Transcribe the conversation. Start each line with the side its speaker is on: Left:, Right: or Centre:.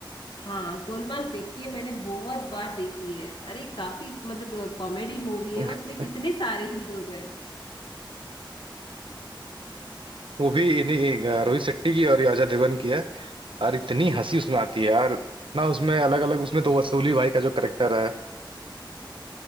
Left: हाँ गोलमाल देखिए मैंने बहुत बार देखी है अरे काफी मतलब कॉमेडी मूवी
Right: <laughs>
Left: है उसमें कितने सारे हीरोज हैं
Right: वो भी इन्हीं रोहित शेट्टी की और ये अजय देवगन की है और इतनी हंसी उसमें आती है यार ना उसमें अलग अलग उसमें तो वसूली भाई का जो करेक्टर है